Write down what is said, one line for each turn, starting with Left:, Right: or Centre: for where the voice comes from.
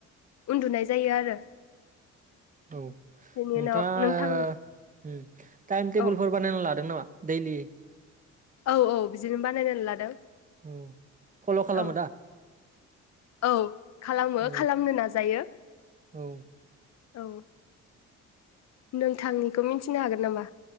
Left: उन्दुनाय जायो आरो
Right: औ
Left: बेनि
Right: नोंथाङा
Left: उनाव नोंथांनि
Right: उम टाइम टेबोलफोर
Left: औ
Right: बानायना लादों नामा? दैलि
Left: औ औ बिदिनो बानायनानै लादों।
Right: औ फल' खालामो
Left: औ
Right: दा
Left: औ खालामो
Right: औ
Left: खालामनो नाजायो।
Right: औ
Left: औ नोंथांनिखौ मिथिनो हागोन नामा?